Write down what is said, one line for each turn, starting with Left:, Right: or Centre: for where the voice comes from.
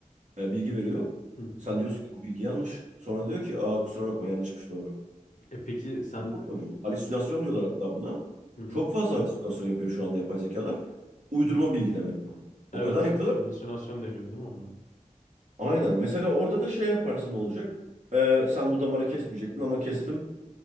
Right: e, bilgi veriyor.
Left: hı hı.
Right: Sen diyorsun ki bu bilgi yanlış. Sonra diyor ki aa kusura bakma yanlışmış doğru.
Left: E peki sen
Right: Ne oluyor bu? Halüsinasyon
Left: şu,
Right: diyorlar hatta buna.
Left: hı hı.
Right: Çok fazla halüsinasyon yapıyor şu anda yapay zekalar. Uydurma bilgi demek bu.
Left: Evet,
Right: O kadar yapıyorlar.
Left: halüsinasyon deniyordu değil mi onlara?
Right: Aynen. Mesela orada da şey yaparsa ne olacak? Ee, sen bu damarı kesmeyecektin ama kestim.